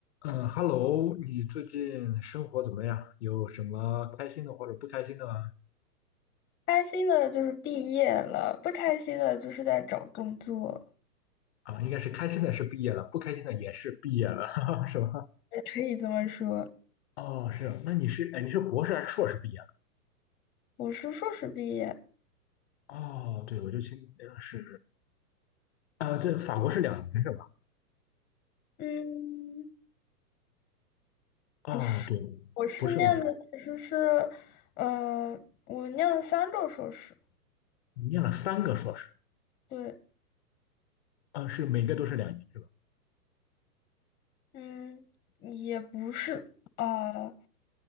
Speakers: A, on the left; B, on the left.
A: 嗯，Hello，你最近生活怎么样？有什么开心的或者不开心的吗？
B: 开心的就是毕业了，不开心的就是在找工作，
A: 啊，应该是开心的是毕业了，不开心的也是毕业了，<laughs> 是吧？
B: 也可以这么说。
A: 哦，是，那你是，哎，你是博士还是硕士毕业了？
B: 我是硕士毕业，
A: 哦，对，我就听，呃是，啊，对，法国是两年是吧？
B: 嗯，
A: 啊，
B: 不是，
A: 对，
B: 我是念的其实是，
A: 不是吗？
B: 呃，我念了三个硕士，
A: 你念了三个硕士，
B: 对，
A: 啊，是每个都是两年是吧？
B: 嗯，也不是，呃，